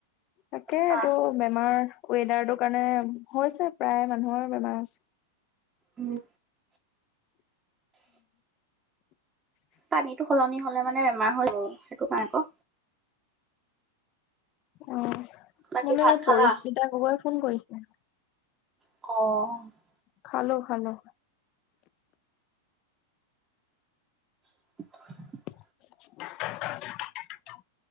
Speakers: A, on the left (about 40°); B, on the right (about 20°).
A: তাকেতটো
B: পাহ
A: বেমাৰ ৱেডাৰ টোৰ কাৰণে হৈছে প্ৰায় মানুহৰ বেমাৰ হৈছে।
B: উম। পানীটো সলনি হ'লে মানে বেমাৰ হৈ যায় সেইটো কাৰণে আকৌ।
A: অ',
B: বাকী
A: মোলৈ
B: ভাত খালা?
A: পৰিস্মিতা গগৈয়ে ফোন কৰিছে।
B: অঁ'।
A: খালো খালো।
B: <inaudible>
A: <unintelligible>